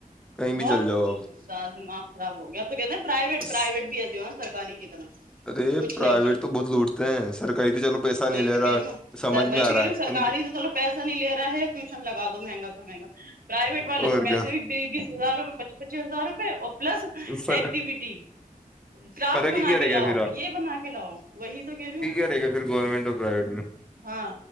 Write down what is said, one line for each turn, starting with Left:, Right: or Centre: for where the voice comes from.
Centre: کہیں
Right: بہت
Centre: بھی چل جاؤ آپ
Right: زیاد دماغ خراب ہو گیا تو کہتے پرائیوٹ
Centre: بس
Right: پرائیوٹ بھی ایسے ہو نا سکاری کی طرح
Centre: ارے
Right: کچھ
Centre: پرائیویٹ
Right: نہیں ہے
Centre: تو بہت لوٹتے ہیں سرکاری تو چلو پیسہ
Right: وہی
Centre: نہیں لے
Right: تو
Centre: رہا
Right: کہہ رہی ہوں
Centre: سمجھ میں
Right: وہی تو
Centre: آ رہا
Right: کہہ رہی
Centre: ہے
Right: ہوں سرکاری
Centre: ان کی
Right: تو چلو پیسہ نہیں لے رہا ہے ٹیوشن لگا دو مہنگا سے مہنگا ویٹ
Centre: اور
Right: والے تو پیس بھی بیس ہزار روپئے پچیس پچیس ہزار روپئے اور پلس
Centre: کیا
Right: ایکٹیویٹی کرافٹ
Centre: فرق
Right: بنا
Centre: ہی کیا رہے
Right: کے لاؤ
Centre: گا پھر
Right: یہ بنا کے لاؤ وہی تو کہہ رہی ہوں
Centre: رہ گا پھر گورنمنٹ اور پرائیویٹ میں
Right: ہاں